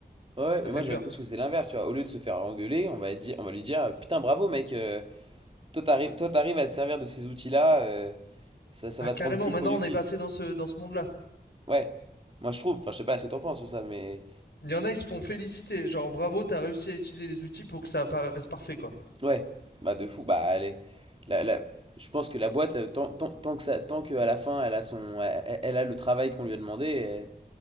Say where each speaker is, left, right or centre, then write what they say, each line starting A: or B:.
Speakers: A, on the right; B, on the left.
A: Ouais, ouais,
B: Ça
A: mais
B: fait
A: moi
B: peur.
A: j'aime plus que c'est l'inverse, tu vois. Au lieu de se faire engueuler, on va dire, on va lui dire, putain, bravo mec, euh, Toi, t'arrives, toi, t'arrives à te servir de ces outils-là, euh, ça, ça
B: Ah,
A: va
B: carrément,
A: te rendre plus
B: maintenant
A: productif.
B: on est passé dans ce, dans ce monde-là.
A: Ouais. Moi, je trouve, enfin, je sais pas ce que t'en penses ou ça, mais
B: Il y en a, ils se font féliciter. Genre, bravo, t'as réussi à utiliser les outils pour que ça apparaisse parfait, quoi.
A: ouais. Bah, de fou. Bah, allez. La, la- Je pense que la boîte, euh, tant, tant, tant que ça, tant qu'à la fin, elle a son, elle, elle- elle a le travail qu'on lui a demandé, euh,